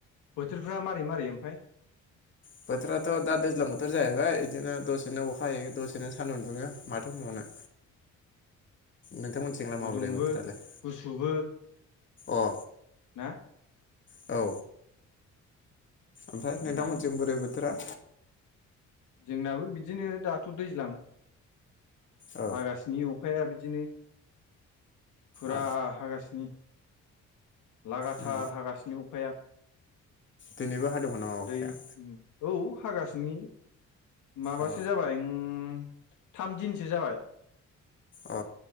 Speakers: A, on the left; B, on the left.
A: बोथोरफ्रा मारै मारै ओमफाय
B: बोथोराथ' दा दैज्लां बोथोर जाहैबाय बिदिनो दसेनो अखा हायो दसेनो सानदुं दुङो माथो बुंबावनो नोंथांमोनिथिंलाय
A: गुदुंबो
B: माबोरै बोथोरालाय?
A: गुसुबो
B: अ
A: ना
B: औ ओमफ्राय
A: जोंना
B: नोंथांमोनसिम बोरै बोर थोरा
A: जोंनाबो बिदिनो दाथ' दैज्लां
B: औ
A: हागासिनो अ खाया बिदिनो फुरा
B: औ
A: हागासिनो लागाथार
B: उम
A: हागासिनो अखाया
B: दिनैबो हाादोंमोन नामा
A: दै
B: अखाया?
A: औ हागासिनो माबासो
B: अ
A: जाबाय ओं थाम दिनसो जाबाय
B: अ